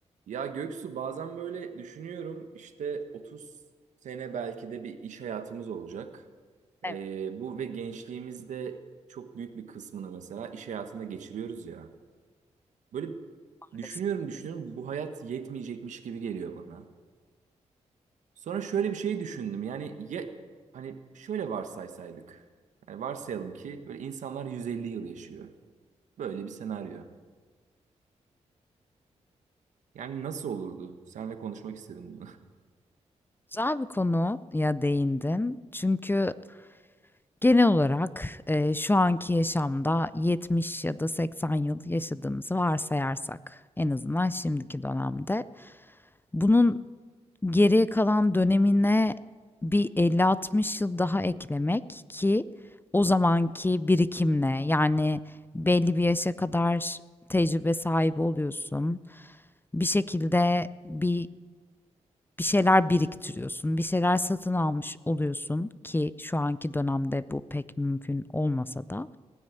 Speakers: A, on the right; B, on the left.
A: Ya Göksu bazen böyle düşünüyorum işte 30 sene belki de bir iş hayatımız olacak.
B: Evet,
A: Ee, bu ve gençliğimizde çok büyük bir kısmını mesela iş hayatında geçiriyoruz ya. Böyle
B: maalesef.
A: düşünüyorum düşünüyorum bu hayat yetmeyecekmiş gibi geliyor bana. Sonra şöyle bir şey düşündüm yani ya hani şöyle varsaysaydık. Yani varsayalım ki böyle insanlar 150 yıl yaşıyor. Böyle bir senaryo. Yani nasıl olurdu? Seninle konuşmak istedim
B: Güzel bir konuya değindim Çünkü genel olarak, eee, şu anki yaşamda 70 ya da 80 yıl yaşadığımızı varsayarsak en azından şimdiki dönemde bunun geriye kalan dönemine bir elli altmış yıl daha eklemek ki o zamanki birikimle yani belli bir yaşa kadar tecrübe sahibi oluyorsun. Bir şekilde bir bir şeyler biriktiriyorsun, bir şeyler satın almış oluyorsun ki şu anki dönemde bu pek mümkün olmasa da.